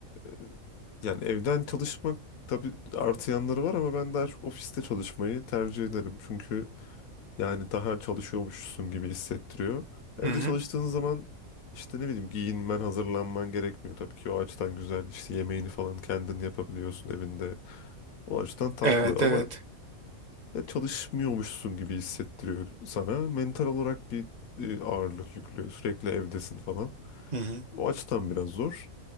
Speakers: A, on the left; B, on the right.
A: E, Yani evden çalışmak tabii artı yanları var ama ben daha çok ofiste çalışmayı tercih ederim. Çünkü Yani daha çalışıyormuşsun gibi hissettiriyor. Evde
B: Hı hı.
A: çalıştığın zaman işte ne bileyim giyinmen, hazırlanman gerekmiyor. Tabii ki o açıdan güzel. İşte yemeğini falan kendin yapabiliyorsun evinde. O açıdan tatlı
B: Evet,
A: ama
B: evet.
A: ya çalışmıyormuşsun gibi hissettiriyor sana. Mental olarak bir e, ağırlık yüklüyor. Sürekli evdesin falan.
B: Hı hı.
A: O açıdan biraz zor.